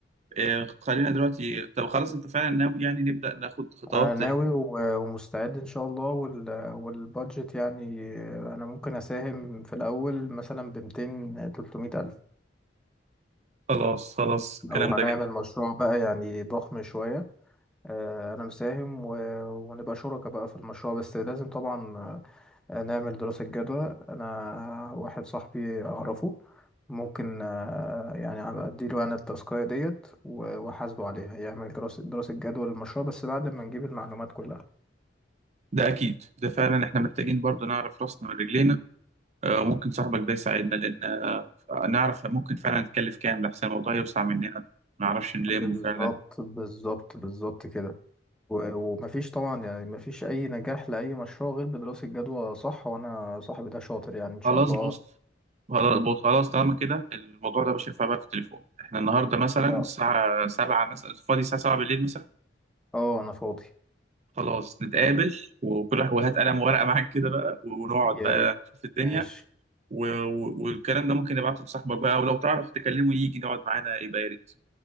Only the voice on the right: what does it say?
آه، خلينا دلوقتي طب خلاص انت فعلا ناوي يعني نبدأ ناخد خطوات
خلاص خلاص الكلام
ده جميل
ده اكيد ده فعلا احنا محتاجين برضو نعرف راسنا من رجلينا آه، ممكن صاحبك ده يساعدنا لان آه، نعرف ممكن فعلا نتكلف كام لحسن الموضوع يوسع مننا ما نعرفش نلمه
فعلا
خلاص
بص خلاص
بص خلاص طالما كده الموضوع ده مش هينفع بقى في التليفون احنا النهارده مثلا
الساعة 7 مثلا فاضي الساعة 7 بالليل مثلا
خلاص نتقابل وكل واحد وهات قلم وورقة معاك كده بقى ونقعد
بقى
في الدنيا
و... و- والكلام ده ممكن نبعته لصاحبك بقى ولو تعرف تكلمه يجي يقعد معانا يبقى يا ريت